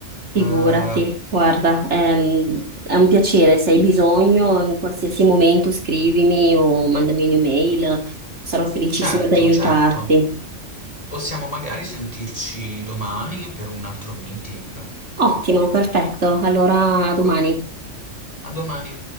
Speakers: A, on the right; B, on the left.
A: Figurati,
B: Eh,
A: guarda, ehm, è un piacere, se hai bisogno in qualsiasi momento scrivimi o mandami un'email, sarò felicissima
B: certo,
A: di aiutarti.
B: certo. Possiamo magari sentirci domani per un altro meeting.
A: Ottimo, perfetto, allora a domani.
B: Ok, a domani.